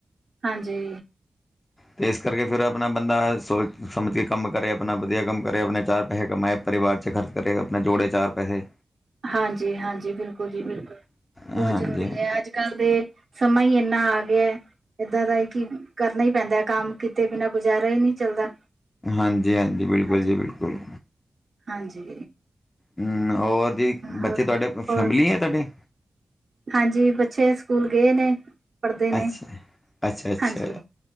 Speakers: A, on the right; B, on the left.
A: ਹਾਂਜੀ।
B: ਤੇ ਏਸ ਕਰਕੇ ਫੇਰ ਆਪਨਾ ਮ ਬਾਸ ਸੋਚ ਸਮਜ ਕੇ ਕੰਮ ਕਰੇ, ਆਪਣਾ ਵਦੀਆ ਕੰਮ ਕਰੇ, ਆਪਣੇ ਚਾਰ ਪੈਹੇ ਕਮਾਏ, ਪਰਿਵਾਰ ਚ ਖਰਚ ਕਰੇ ਤੇ ਆਪਣੇ ਜੋੜੇ ਚਾਰ ਪੈਸੇ।
A: ਹਾਂਜੀ-ਹਾਂਜੀ, ਬਿਲਕੁਲ ਜੀ ਬਿਲਕੁਲ, ਬੌਤ
B: ਹਾਂਜੀ
A: ਜਰੂਰੀ
B: ਹਾਂਜੀ
A: ਐ ਅੱਜ-ਕੱਲ੍ਹ। ਤੇ ਸਮਾਂ ਈ ਐਨਾ ਆ ਗਿਆ ਏਦਾਂ ਰਲ ਕੇ ਈ ਕਿ ਕਰਨਾ ਈ ਪੈਂਦਾ ਏ ਕੰਮ, ਕੀਤੇ ਬਿਨਾਂ ਗੁਜ਼ਾਰਾ ਈ ਨਈ ਚੱਲਦਾ।
B: ਹਾਂਜੀ- ਹਾਂਜੀ, ਬਿਲਕੁਲ
A: ਹਾਂਜੀ।
B: ਜੀ ਬਿਲਕੁਲ,
A: ਹਾਂਜੀ
B: ਨਾ ਹੋਰ ਜੀ, ਬੱਚੇ
A: ਹੋਰ
B: ਤੁਹਾਡੇ ਫ
A: ਹੋਰ
B: ਫੈਮਿਲੀ ਏ ਤੁਹਾਡੀ।
A: ਹਾਂਜੀ, ਬੱਚੇ ਸਕੂਲ ਗਏ ਨੇ। ਪੜ੍ਹਦੇ ਨੇ
B: ਅੱਛਾ, ਅੱਛਾ-ਅੱਛਾ
A: ਹਾਂਜੀ,